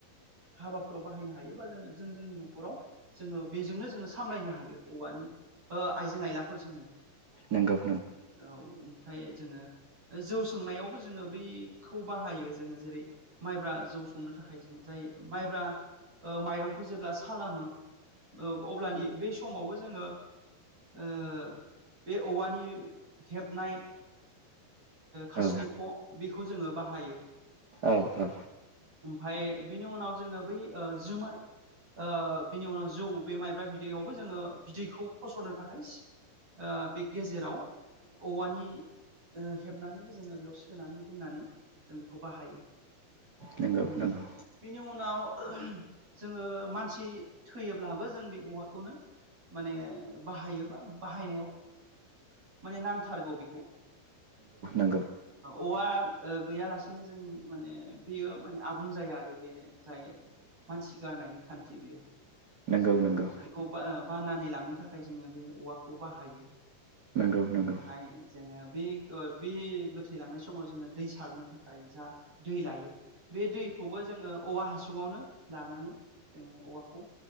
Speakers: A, on the right (about 35°); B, on the right (about 55°).
A: हाबाफोराव बाहायनो हायोबा जोङो जों जोंनि न'खराव जोङो बेजोंनो जोङो सामलायनो हायो औवानि ओ आइजें आइलाफोरजोंनो
B: न'खराव
A: औ ओमफाय जोङो जौ सं नायावबो जोङो बैखौ बाहायो जोङो जेरै माइब्रा जौ संनो थाखाय जोङो जाय माइब्रा माइरंखौ जेब्ला सालामो अब्लानि बे समावबो जोङो ओ बे औवानि हेबनाय खासिनि
B: ओ
A: ख' बेखौ जोङो बाहायो
B: ओ बे
A: ओमफ्राय बिनि उनाव जोङो बै जुमाय ओ बिनि उनाव जौ बे माइब्रा बिदैआवबो जोङो बिदैखौ फसरनो थाखाय ओ बे गेजेराव औवानि ओ हेबनानैनो जोङो बेयाव सोनानै दोननानै जों बेखौ बाहायो।
B: नंगौ
A: उम
B: नंगौ
A: बेनि उनाव जोङो मानसि थैयोब्लाबो जों बे औवाखौनो माने बाहायोबा बाहायनायाव माने नांथारगौ बेखौ
B: ओ
A: औवा गैयालासेनो जों माने बेयो माने आबुं जाया आरो बे जाय मानसि गारनायनि खान्थि बेयो।
B: नंगौ
A: जोङो
B: नंगौ
A: बेखौ बाननानै लांनो थाखाय जोङो बे औवाखौ बाहायो
B: नंगौ नंगौ।
A: ओमफ्राय जोङो बे बे गोथै लांनाय समाव जोङो दै सारनो थाखाय जा दै लायो बे दैखौबो जोङो औवा हासुङावनो लानानै जोङो औवाखौ